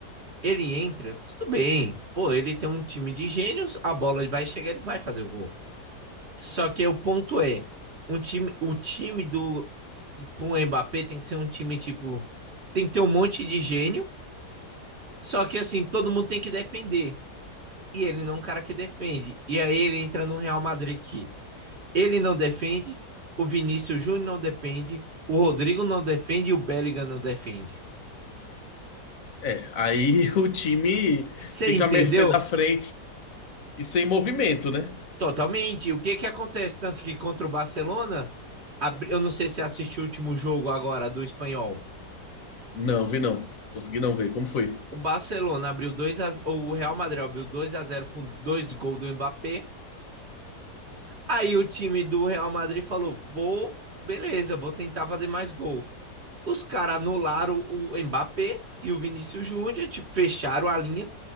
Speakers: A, on the right (about 40°); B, on the left (about 55°).
A: ele entra, tudo bem. Pô, ele tem um time de gênios, a bola vai chegar, ele vai fazer o gol. Só que o ponto é, um time, o time do pro Mbappé tem que ser um time tipo, tem que ter um monte de gênio, só que assim, todo mundo tem que defender. E ele não é um cara que defende. E aí ele entra no Real Madrid Ele não defende, o Vinícius Júnior não defende, o Rodrigo não defende e o Bellingham não defende.
B: É, aí <laughs> o time
A: Você
B: fica
A: entendeu?
B: à mercê da frente e sem movimento, né?
A: Totalmente. O que que acontece? Tanto que contra o Barcelona, abri... eu não sei se assistiu o último jogo agora do Espanhol.
B: Não, vi não. Consegui não ver. Como foi?
A: O Barcelona abriu 2 a... zero, o Real Madrid abriu 2 a zero com dois gols do Mbappé. Aí o time do Real Madrid falou: "Vou, beleza, vou tentar fazer mais gol". Os caras anularam o Mbappé e o Vinícius Júnior, tipo, fecharam a linha.